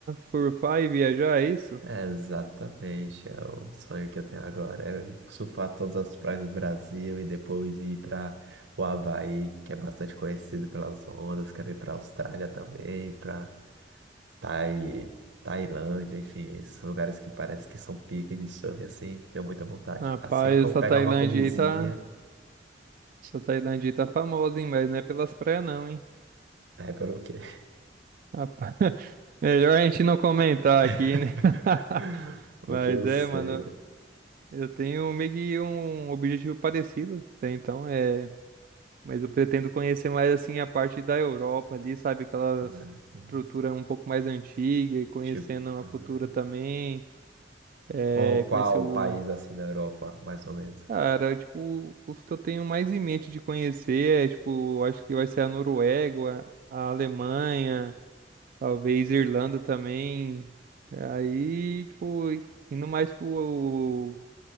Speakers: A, on the right (about 50°); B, on the right (about 90°).
A: surfar e viajar, é isso?
B: É exatamente, é o sonho que eu tenho agora, é surfar todas as praias do Brasil e depois ir para o Havaí, que é bastante conhecido pelas ondas, quero ir para a Austrália também, para Tai... Tailândia, enfim, esses lugares que parece que são pique de surf, assim, tenho muita vontade.
A: Rapaz,
B: Assim que eu
A: essa
B: pegar
A: Tailândia
B: uma combizinha,
A: aí tá. Essa Tailândia aí tá famosa, hein? Mas não é pelas praias, não, hein?
B: é pelo quê?
A: Rapaz, <laughs> melhor a gente não comentar
B: <laughs>
A: aqui, né? <laughs> Mas
B: O que eu
A: é,
B: sei,
A: mano, eu tenho meio que um objetivo parecido, né? então é. Mas eu pretendo conhecer mais assim a parte da Europa ali, sabe? Aquela
B: né, assim,
A: estrutura um pouco mais antiga e conhecendo
B: tipo,
A: a
B: ah,
A: cultura também. É,
B: qual,
A: conhecer
B: qual
A: o
B: país assim da Europa, mais ou menos?
A: Cara, tipo, os que eu tenho mais em mente de conhecer é, tipo, acho que vai ser a Noruega, a Alemanha, talvez Irlanda também. Aí, tipo, indo mais pro,